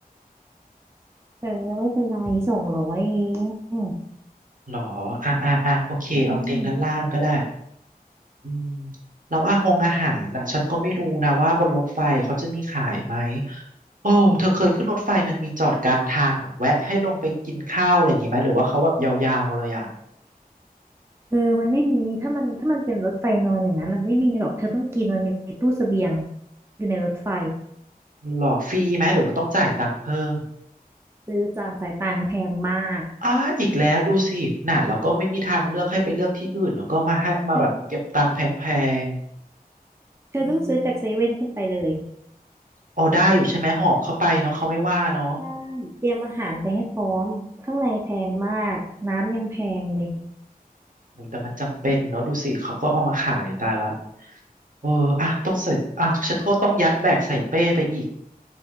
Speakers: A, on the right; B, on the right.
A: เออไม่เป็นไรสองร้อยเองอ
B: หรออ่ะอ่ะอ่ะโอเคเอาเตียงด้านล่างก็ได้
A: ืม
B: อืมแล้วอาหงอาหารน่ะฉันก็ไม่รู้นะว่าบนรถไฟเขาจะมีขายไหมโอ้เธอเคยขึ้นรถไฟมันมีจอดกลางทางแบบแวะให้ลงไปกินข้าวอะไรอย่างงี้ไหมหรือว่าเขาแบบยาวๆเลยอ่ะ
A: เธอมันไม่มีถ้ามันถ้ามันเป็นรถไฟนอนอย่างนั้นอ่ะไม่มีหรอกเธอต้องกินมันมีตู้เสบียงอยู่ในรถไฟ
B: หรอฟรีไหมหรือว่าต้องจ่ายตังค์เพิ่ม
A: ซื้อจากสายต่างแพงมาก
B: อ่าอีกแล้วดูสิน่ะแล้วก็ไม่มีทางเลือกให้ไปเลือกที่อื่นแล้วก็มาให้มาแบบเก็บตังค์แพง
A: เธอ
B: ๆอืม
A: เธอต้องซื้อจากเซเว่นขึ้นไปเลย
B: อ๋อได้อยู่ใช่ไหมหอบเข้าไปเนาะเขาไม่ว่าเนาะ
A: ใช่เตรียมอาหารไปให้พร้อมข้างในแพงมากน้ำยังแพงเลย
B: อุยแต่มันจำเป็นเนาะดูสิเขาก็เอามาขายตายละเอออ่ะต้องใส่อ่ะฉันก็ต้องยัดแบกใส่เป้ไปอีก